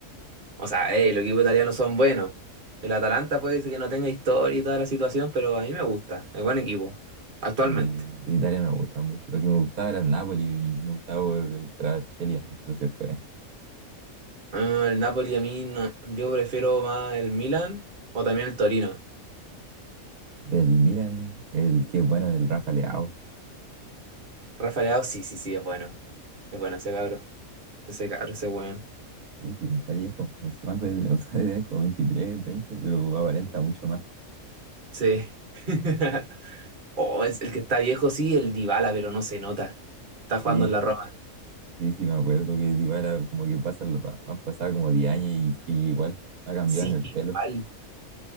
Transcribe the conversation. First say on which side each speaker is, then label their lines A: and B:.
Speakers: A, on the right; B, on the right.
A: O sea, eh, los equipos italianos son buenos. El Atalanta puede ser que no tenga historia y toda la situación, pero a mí me gusta. Es buen equipo, actualmente.
B: A mí de Italia no me gusta mucho. Lo que me gustaba era el Napoli y me gustaba por el Kvaratskhelia, pero se fue.
A: Ah, el Napoli a mí no. Yo prefiero más el Milan o también el Torino.
B: Del Milan, el que bueno, el Rafa Leao.
A: Rafa Leao, sí, sí, sí, es bueno. Es bueno ese cabro. Ese cabro, ese weón.
B: Sí, sí, pues, está viejo. No sé cuánto debe, o sea, <laughs> debe tener como 23, 20, pero aparenta mucho más.
A: Sí. <laughs> Oh, es el que está viejo, sí, el Dybala, pero no se nota. Está jugando
B: Sí,
A: en la Roma.
B: sí, sí, me acuerdo que Dybala como que pasa, lo- han pasado como 10 años y sigue igual. Ha cambiado
A: Sí,
B: en el
A: que
B: pelo.
A: igual.